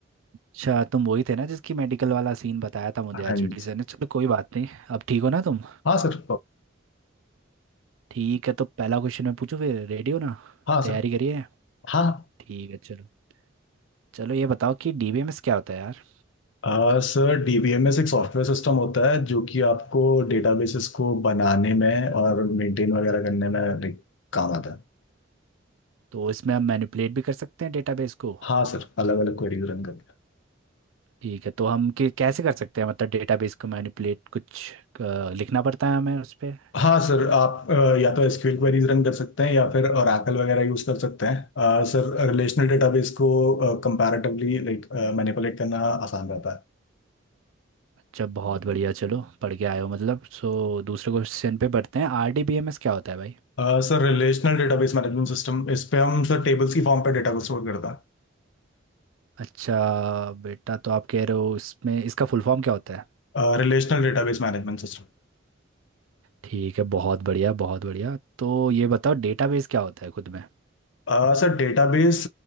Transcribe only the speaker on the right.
अच्छा तुम वही थे ना जिसकी मेडिकल वाला सीन बताया था मुझे
एचओडी
सर ने चलो कोई बात नहीं अब ठीक हो ना तुम
ठीक है तो पहला क्वेश्चन मैं पूछूं फिर रेडी हो ना
तैयारी करिए
ठीक है चलो चलो ये बताओ कि डीबीएमएस क्या होता है यार
तो इसमें हम मैनिपुलेट भी कर सकते हैं डेटाबेस को
ठीक है तो हम कि- कैसे कर सकते हैं मतलब डेटाबेस को मैनिपुलेट कुछ अ, लिखना पड़ता है हमें उस पर
जब बहुत बढ़िया चलो पढ़ के आए हो मतलब सो दूसरे क्वेश्चन पे बढ़ते हैं आरडीबीएमएस क्या होता है भाई
अच्छा बेटा तो आप कह रहे हो इसमें इसका फुल फॉर्म क्या होता है
ठीक है बहुत बढ़िया बहुत बढ़िया तो ये बताओ डेटाबेस क्या होता है खुद में